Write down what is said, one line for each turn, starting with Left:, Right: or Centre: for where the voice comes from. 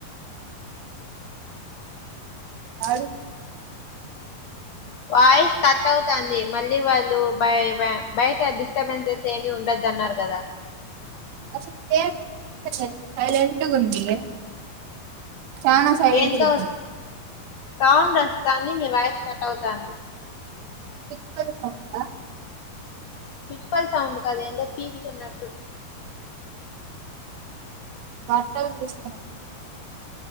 Right: ఆడు
Left: వాయిస్ కట్ అవుతుంది మళ్ళీ వాళ్ళు బ బయట డిస్టర్బెన్సెస్ ఏమి ఉండొద్దు అన్నారు కదా
Right: అసలు ఏ లేదు సైలెంట్ గుంది చానా సైలెంట్గ
Left: ఏందో
Right: ఉంది
Left: సౌండ్ వస్తాంది నీ వాయస్ కట్ అవుతాంది
Right: పిచ్చుకల సౌండా
Left: పిచ్చుకల సౌండ్ కాదా ఏందో పీకుతున్నట్టు
Right: బట్టలు తీస్తున్నాను